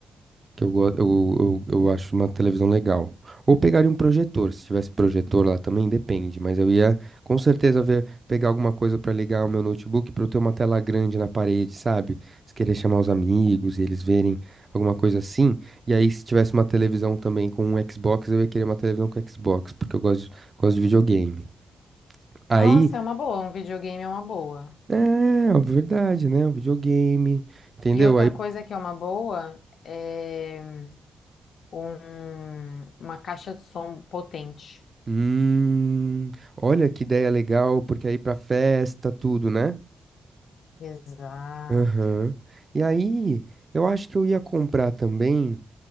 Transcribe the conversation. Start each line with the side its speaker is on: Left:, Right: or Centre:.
Right: que eu, go- eu, eu, eu acho uma televisão legal. Ou pegaria um projetor, se tivesse projetor lá também, depende. Mas eu ia com certeza ver, pegar alguma coisa pra ligar o meu notebook pra eu ter uma tela grande na parede, sabe? Se querer chamar os amigos e eles verem alguma coisa assim. E aí, se tivesse uma televisão também com um Xbox, eu ia querer uma televisão com Xbox, porque eu gosto de, gosto de videogame. Aí
Left: Nossa, é uma boa, um videogame é uma boa.
Right: É, ó, verdade, né? Videogame, entendeu?
Left: E outra
Right: Aí,
Left: coisa que é uma boa é um- uma caixa de som potente.
Right: hum, olha que ideia legal, porque aí pra festa, tudo, né?
Left: Exato,
Right: Aham. E aí, eu acho que eu ia comprar também.